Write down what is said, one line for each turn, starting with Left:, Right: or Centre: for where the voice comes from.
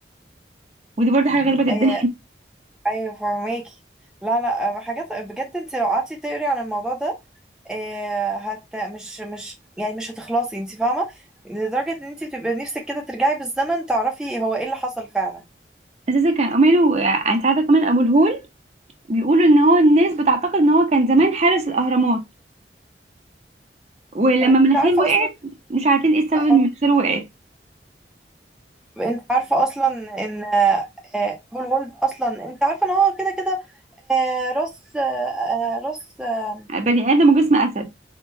Right: ودي برضه حاجة غريبة جدا
Centre: آه، ايوه فهماكي لا لا آه، حاجات بجد انت لو قعدتي تقري عن الموضوع ده آه، هت مش مش يعني مش هتخلصي انت فاهمه لدرجه ان انت بتبقى نفسك كده ترجعي بالزمن تعرفي هو ايه اللي حصل فعلا
Right: اساسا كان عمانه انت عارفه كمان ابو الهول بيقولوا ان هو الناس بتعتقد ان هو كان زمان حارس الاهرامات ولما
Centre: طب
Right: مناخيره
Centre: انت عارفه
Right: وقعت
Centre: اصلا
Right: مش عارفين ايه السبب
Centre: اه
Right: ان مناخيره وقعت
Centre: انت عارفة اصلا ان آه، آه، ابو الهول ده اصلا انت عارفة ان هو كده كده آه، راس آه، آه، راس آه،
Right: بني ادم وجسم اسد